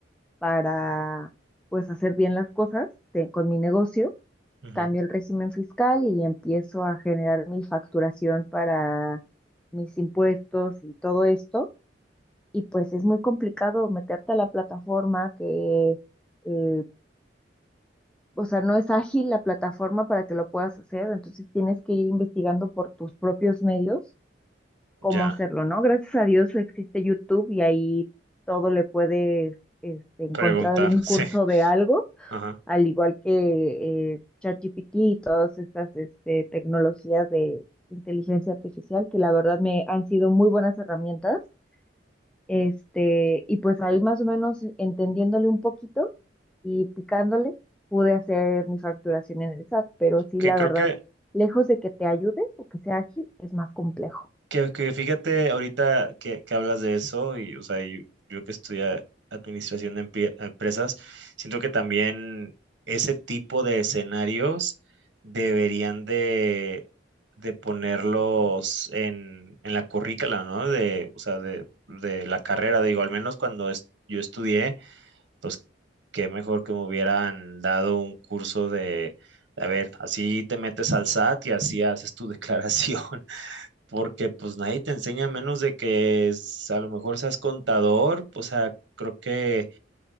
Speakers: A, in the centre; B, on the right.
A: para pues hacer bien las cosas de- con mi negocio,
B: ujú.
A: cambio el régimen fiscal y empiezo a generar mi facturación para mis impuestos y todo esto y pues es muy complicado meterte a la plataforma que, eh, o sea, no es ágil la plataforma para que lo puedas hacer, entonces tienes que ir investigando por tus propios medios cómo
B: Ya,
A: hacerlo, ¿no? Gracias a Dios existe YouTube y ahí todo le puedes este, encontrar
B: preguntar,
A: algún
B: <laughs>
A: curso
B: sí.
A: de algo,
B: Ajá.
A: al igual que eh, ChatGPT y todas estas este, tecnologías de inteligencia artificial que la verdad me han sido muy buenas herramientas este, y pues ahí más o menos entendiéndole un poquito y picándole, pude hacer mi facturación en el SAT, pero sí,
B: Que
A: la
B: creo
A: verdad,
B: que
A: lejos de que te ayude o que sea ágil, es más complejo.
B: Que, que fíjate, ahorita que, que hablas de eso, y o sea, y yo, que estudié administración de empie- empresas, siento que también ese tipo de escenarios deberían de, de ponerlos en, en la currícula, ¿no? De, o sea, de, de la carrera, digo, al menos cuando es- yo estudié, pues qué mejor que me hubieran dado un curso de, a ver, así te metes al SAT y así haces tu <laughs> declaración porque pues nadie te enseña menos de que es- a lo mejor seas contador, o sea, creo que